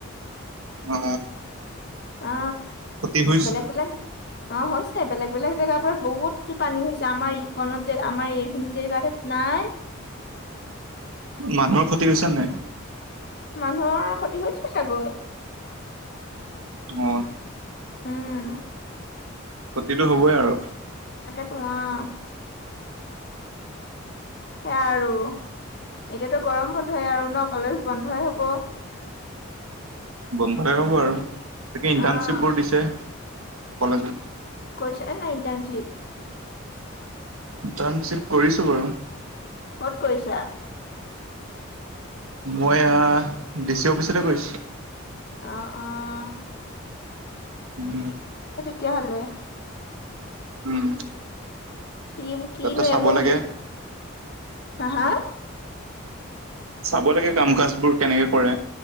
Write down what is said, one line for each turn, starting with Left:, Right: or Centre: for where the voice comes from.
Right: অ
Left: অ
Right: ক্ষতি হৈছে
Left: বেলেগ বেলেগ অ হৈছে বেলেগ বেলেগ জেগাবোৰত বহুত পানী হৈছে আমাৰ ই কণত আমাৰ এইখিনি জেগাতহে নাই
Right: মানুহৰ ফতি হৈছে নাই
Left: মানুহৰ ক্ষতি হৈছে চাগৈ
Right: অ
Left: উম
Right: ক্ষতিটো হ'বই আৰু
Left: তো ৱাহ সে আৰু এতিয়াতো গৰম বন্ধই আৰু ন কলেজ বন্ধই হব
Right: বন্ধই হ'ব আৰু তাকে
Left: অ',
Right: ইণ্টাৰ্ণশ্বিপবোৰ দিছে কলেজত
Left: কৰিছানে নাই ইণ্টাৰনশিপ
Right: ইণ্টাৰ্ণশ্বিপ কৰিছো বাৰু
Left: কত কৰিছা
Right: মই আ ডিচি অফিচতে কৰিছিলো
Left: অহ অহ
Right: <unintelligible>
Left: কিয় হাল্লে
Right: উম
Left: ই
Right: তাতে
Left: কিনো
Right: চাব
Left: এইবোৰ
Right: লাগে
Left: হা, হা
Right: চাব লাগে, কাম কাজবোৰ কেনেকে কৰে